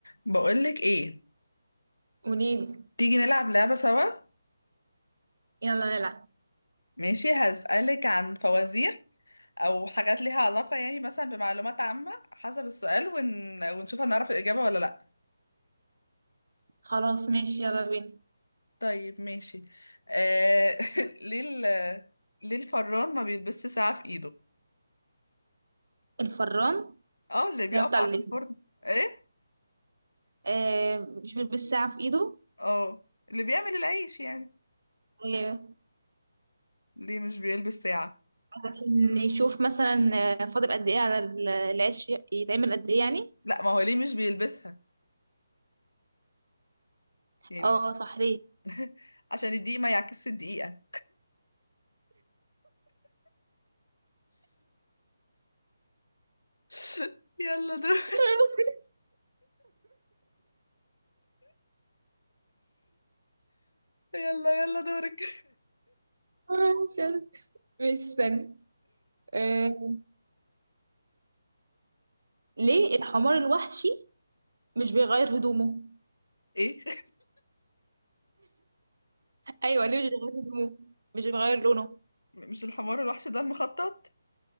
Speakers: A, on the left; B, on the right.
A: بقولك ايه
B: قوليلي
A: تيجي نلعب لعبة سوا
B: يلا نلعب
A: ماشي هسألك عن فوازير او حاجات ليها علاقة يعني مثلا بمعلومات عامة حسب السؤال ون... ونشوف هنعرف الإجابة ولا لا
B: خلاص ماشي يلا بينا
A: طيب ماشي آه... <laughs> ليه ال... ليه الفران ما بيلبسش ساعة في ايده
B: الفران اللي
A: اه اللي بيقف
B: هو بتاع
A: على
B: الليزر
A: الفرن ايه
B: آه مش بالساعة في ايده
A: اه اللي بيعمل العيش يعني
B: آه
A: ليه مش بيلبس ساعة
B: عشان يشوف مثلا آه، فاضل قد ايه على ال- العيش ي- يتعمل قد ايه يعني
A: لا ما هو ليه مش بيلبسها يعني
B: اه
A: مش
B: صح ليه
A: <laughs> عشان الدقيقة ما يعكسش الدقيقة <laughs> يلا دور
B: <laughs>
A: يلا يلا دورك
B: مش عارف. ماشي استنى آه ليه الحمار الوحشي مش بيغير هدومه
A: <laughs> ايه
B: ايوه ليه مش بيغير هدومه مش بيغير لونه
A: مش الحمار الوحش ده المخطط